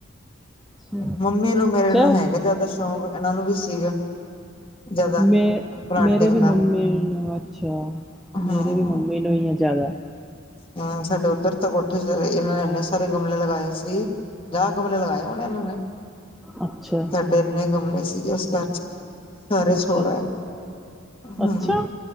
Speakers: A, in the centre; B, on the left.
A: ਚ
B: ਮੰਮੀ ਨੂੰ ਮੇਰੇ
A: ਚ
B: ਨੂੰ ਹੈਗਾ ਜ਼ਾਦਾ ਸ਼ੌਕ, ਏਨਾਂ ਨੂੰ ਵੀ ਸੀਗਾ। ਜ਼ਿਆਦਾ
A: ਮੇਂ
B: ਪਲਾਂਟਿੰਗ
A: ਮੇਰੇ ਵੀ
B: ਦਾ
A: ਮੰਮੀ ਨੂੰ ਅੱਛਾ
B: ਹਾਂ
A: ਮੇਰੇ ਵੀ ਮੰਮੀ ਨੀ ਆ ਜ਼ਾਦਾ।
B: ਹਾਂ ਸਾਡੇ ਉੱਧਰ ਤਾਂ ਕੋਠੇ 'ਚ ਏਨਾਂ ਨੇ ਏਨੇ ਸਾਰੇ ਗਮਲੇ ਲਗਾਏ ਸੀ। ਪੰਜਾ ਗਮਲੇ ਲਗਾਏ ਹੋਣੇ ਏਨਾਂ ਨੇ।
A: ਅੱਛਾ
B: ਕਿੰਨੇ ਗਮਲੇ ਸੀਗੇ ਉਸ ਘਰ ਚ। ਸਾਰਾ ਛੋੜ
A: ਅੱਛਾ
B: ਆਏ ਹੂ
A: ਅੱਛਾ